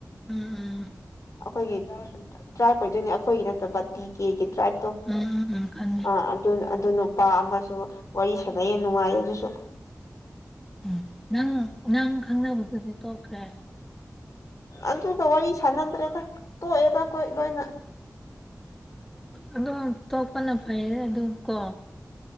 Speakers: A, in the centre; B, on the left.
A: ꯎꯝ ꯎꯝ
B: ꯑꯩꯈꯣꯏꯒꯤ ꯇ꯭ꯔꯥꯏꯞ ꯑꯣꯏꯗꯣꯏꯅꯤ ꯑꯩꯈꯣꯏꯒꯤ ꯅꯠꯇꯕ ꯇꯤ ꯀꯦꯒꯤ ꯇ꯭ꯔꯥꯏꯞ
A: ꯎꯝ ꯎꯝ ꯎꯝ ꯈꯪꯉꯦ
B: ꯑꯥ ꯑꯗꯨ ꯑꯗꯨ ꯅꯨꯄꯥ ꯑꯃꯁꯨ ꯋꯥꯔꯤ ꯁꯥꯟꯅꯩꯌꯦ ꯅꯨꯡꯉꯥꯏ ꯑꯗꯨꯁꯨ
A: ꯎꯝ ꯅꯪ ꯅꯪ ꯈꯪꯅꯕꯗꯨꯗꯤ ꯇꯣꯛꯈ꯭ꯔꯦ
B: ꯑꯗꯨꯒ ꯋꯥꯔꯤ ꯁꯅꯗ꯭ꯔꯦꯗ ꯇꯣꯛꯑꯦꯗ ꯀꯣꯏ ꯂꯣꯏꯅ
A: ꯑꯗꯨꯝ ꯇꯣꯛꯄꯅ ꯐꯩꯌꯦ ꯑꯗꯨ ꯀꯣ